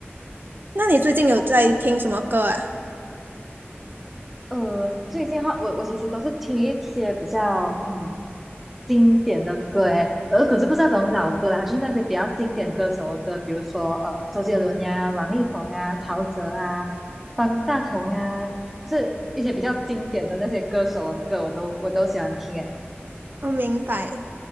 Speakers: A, on the right; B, in the centre.
A: <laughs> 那你最近有在听什么歌啊？
B: <laughs> 哦，呃，最近的话，我我其实都是听一些比较嗯。经典的歌诶，呃，可是不是那种老歌啦，就是那些比较经典歌手的歌，比如说呃周杰伦呀、王力宏啊、陶喆啊、方大同呀，就是一些比较经典的那些歌手的歌，我都我都喜欢听诶。
A: 我明白。